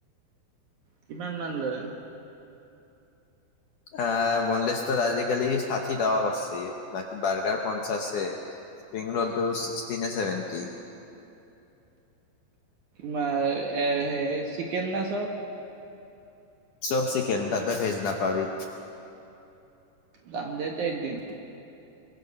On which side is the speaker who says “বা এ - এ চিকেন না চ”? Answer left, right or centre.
Right